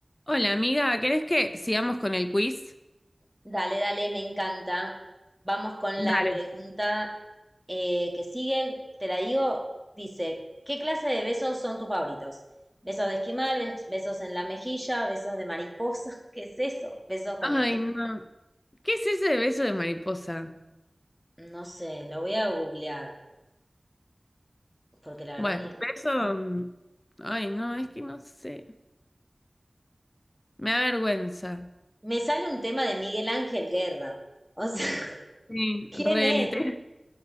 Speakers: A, on the left (about 30°); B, in the centre.
A: Hola amiga, ¿querés que sigamos con el quiz?
B: Dale, dale, me encanta. Vamos con
A: Dale.
B: la pregunta eh, que sigue. Te la digo. Dice, ¿qué clase de besos son tus favoritos? Besos de esquimal, bes- besos en la mejilla, besos de mariposa. <laughs> ¿Qué es eso? Besos con
A: Ay,
B: lengua.
A: no. ¿Qué es ese de beso de mariposa?
B: No sé, lo voy a googlear, porque la verdad
A: Bueno,
B: ni...
A: beso... mm, Ay, no, es que no sé. Me da vergüenza.
B: Me sale un tema de Miguel Ángel Guerra. O sea, <laughs>
A: Sí,
B: ¿quién
A: re
B: es?
A: literal.